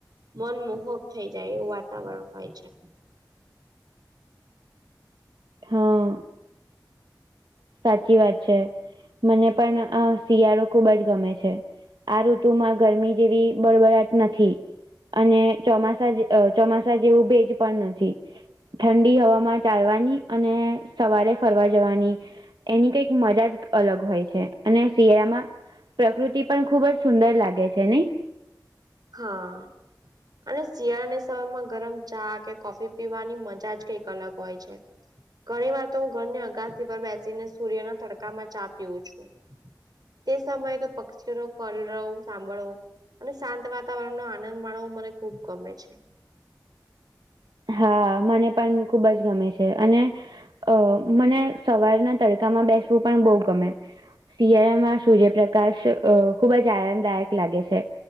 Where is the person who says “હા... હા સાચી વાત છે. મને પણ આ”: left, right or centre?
Right